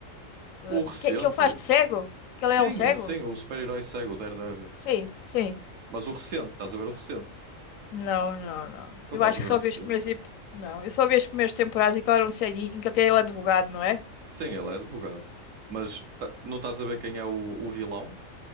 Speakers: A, on the left; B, on the right.
A: Hã?
B: O recente,
A: Que, que ele faz de cego? Que
B: sim,
A: ele é um cego?
B: eh, sim, o super-herói segue o Daredevil.
A: Sim, sim.
B: Mas o recente, estás a ver o recente?
A: Não, não, não.
B: Não
A: Eu
B: estás
A: acho
B: a ver
A: que só
B: o recente?
A: vi os primeiros. ep- Não, eu só vi as primeiras temporadas e que ele era um ceguinho, que até ele é advogado, não é?
B: Sim, ele é advogado. Mas ta- não estás a ver quem é o, o vilão?